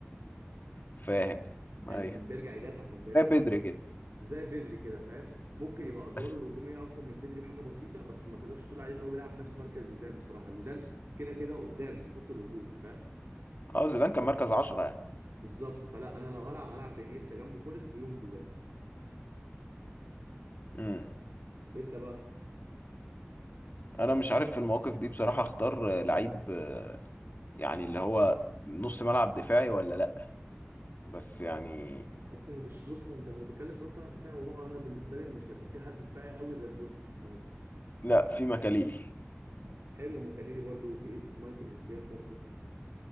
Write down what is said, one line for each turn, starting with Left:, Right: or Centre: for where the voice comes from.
Left: فاهم
Right: يعني
Left: ايوه
Right: كان بيرجع يدافع كان بيرجع
Left: زي بيدري كده
Right: زي بدري كده فاهم ممكن يبقى ادواره
Left: بس
Right: الهجوميه اكتر من بدري بحاجه بسيطه بس ما تقدرش تقول عليه ان هو بيلعب نفس مركز زيدان بصراحه زيدان كده كده قدام في الخط الهجومي فاهم
Left: اه زيدان كان مركز عشرة يعني
Right: بالظبط فلا انا لو هلعب هلعب بانيستا جنبه خلد في يوم زيدان
Left: امم
Right: انت بقى
Left: انا مش عارف في المواقف دي بصراحة اختار آه، لعيب آه، يعني اللي هو نص ملعب دفاعي ولا لا بس يعني
Right: اصل ما فيش بص انت لو هتتكلم في نص ملعب دفاعي وهو انا بالنسبه لي مش هيبقى في حد دفاعي قوي غير بوسكيتس مثلا
Left: لا في مكاليلي
Right: حلو مكاليلي برضو في إس... مايكل اسيام برضو